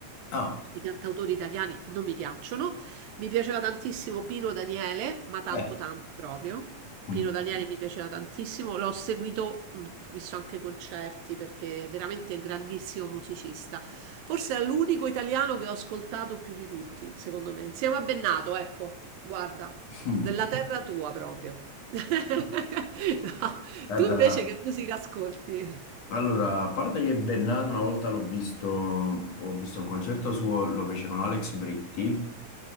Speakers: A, on the left; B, on the right.
A: Ah,
B: I cantautori italiani non mi piacciono. Mi piaceva tantissimo Pino Daniele, ma tanto
A: eh.
B: tanto proprio.
A: mhm.
B: Pino Daniele mi piaceva tantissimo, l'ho seguito, mh, visto anche concerti perché veramente è un grandissimo musicista. Forse è l'unico italiano che ho ascoltato più di tutti, secondo me. Insieme a Bennato, ecco, guarda,
A: <laughs>
B: della terra tua proprio. <laughs> No.
A: Guarda,
B: Tu invece che musica ascolti?
A: allora, a parte che Bennato una volta l'ho visto, ho visto un concerto suo, lo fece con Alex Britti,